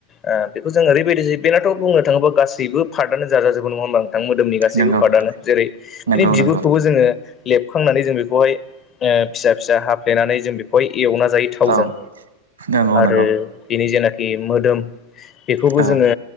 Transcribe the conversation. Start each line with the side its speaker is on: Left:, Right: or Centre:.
Left: ओ बेखौ जों ओरैबायदि जोयो बेनाथ बुंनो थाङोबा गासैबो पार्टानो जाजाजोबो नङा होमबा? मोदोमनि गासैबो
Right: नंगौ
Left: पार्टनो जेरै
Right: नंगौ
Left: बिनि बिगुरखौबो
Right: नंगौ
Left: जोङो लेबखांनानै जों बेखौहाय ओ फिसा फिसा हाब फ्लेनानै जों बेखौहाय एवना जायो थावजों
Right: औ नंगौ
Left: आरो
Right: नंगौ
Left: बेनि जेनाख बि मोदोम बेखौबो
Right: औ
Left: जोङो